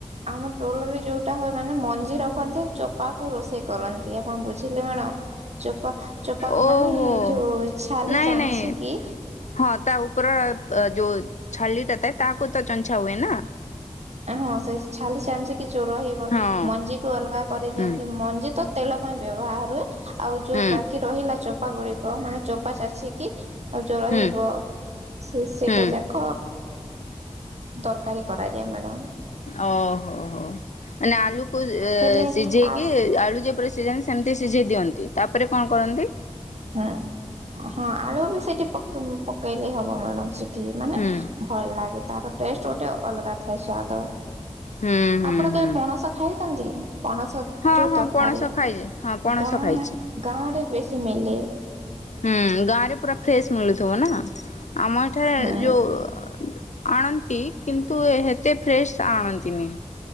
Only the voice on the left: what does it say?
ଓହୋ
ନାଇଁ
ନାଇଁ
ହଁ ତା ଉପର ଯୋଉ ଛାଲିଟା ଥାଏ ତାହାକୁ ତ ଚଛା ହୁଏ ନା।
ହଁ
ହୁଁ
ହୁଁ
ହୁଁ
ହୁଁ
ଓହୋ ହୋ। ମନେ ଆଳୁକୁ
ସିଝେଇ
କି ଆଳୁ ଯେ ପ ସ ସେମିତି ସିଝେଇ ଦିଅନ୍ତି ତାପରେ କଣ କରନ୍ତି
ହୁଁ
ହୁଁ ହୁଁ
ହୁଁ
ହଁ
ହଁ
ପଣସ ଖାଇଛି ହଁ ପଣସ
ଖାଇଛି।
ହୁଁ ଗାଁ ରେ ପୁରା ଫ୍ରେଶ ମିଳୁଥିବ ନା। ଆମ ଏଠାରେ
ଯୋଉ ଆଣନ୍ତି କିନ୍ତୁ ଏତେ ଫ୍ରେଶ୍ ଆଣନ୍ତିନି।